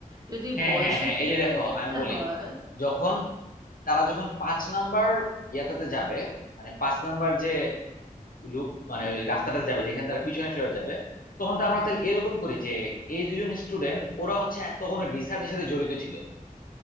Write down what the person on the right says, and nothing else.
যদি
বয়সের
দিকটাই
দেখতে
হয়
হুম